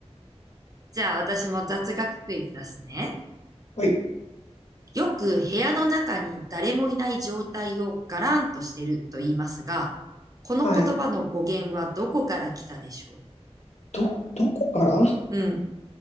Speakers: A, on the right; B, on the left.
A: じゃあ私も雑学クイズ出すね。
B: はい。
A: よく部屋の中に誰もいない状態をガランとしてると言いますが、この言葉の語源はどこから来たでしょ
B: はい。ど、どこから
A: ううん。